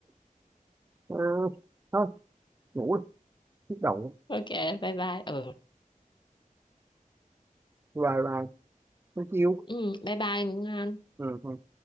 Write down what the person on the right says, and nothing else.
à, thôi ngủ đi nhức đầu
hoài hoài không chịu
ừ. ừ.